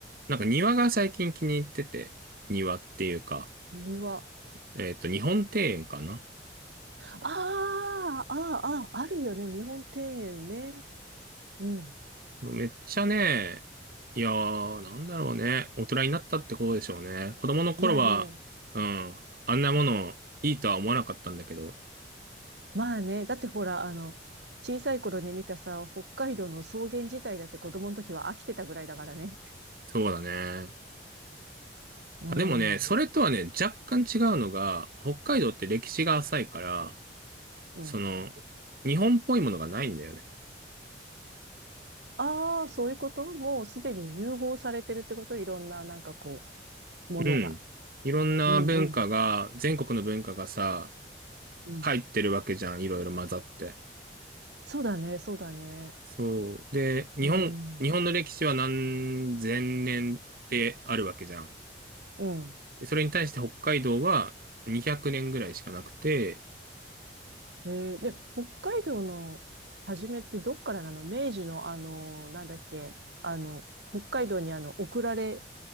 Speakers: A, on the right (about 55°); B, on the right (about 75°).
A: なんか庭が最近気に入ってて、庭っていうか、
B: 庭。
A: えっと、日本庭園かな。
B: ああ、ああ、ああ、あるよね。日本庭園ね。うん。
A: めっちゃね、いやー、なんだろうね。大人になったってことでしょうね。子供の頃は、
B: いやね、
A: うん、あんなものいいとは思わなかったんだけど、
B: まあね、だってほら、あの、小さい頃に見たさ、北海道の草原自体だって子供の時は飽きてたぐらいだからね。
A: そうだね。
B: うん。
A: あ、でもね、それとはね、若干違うのが、北海道って歴史が浅いから、
B: うん。
A: その、日本っぽいものがないんだよね。
B: ああ、そういうこともうすでに融合されてるってこといろんな、なんかこう、ものが。
A: うん。いろんな文化が、
B: うんうん。
A: 全国の文化がさ、
B: うん。
A: 入ってるわけじゃん、いろいろ混ざって。
B: そうだね、そうだね。
A: そう。で、日本、
B: うん。
A: 日本の歴史は何千年ってあるわけじゃん。
B: うん。
A: それに対して北海道は200年ぐらいしかなくて、
B: えーで、北海道の初めってどっからなの明治のあの、なんだっけ、あの、北海道にあの、送られ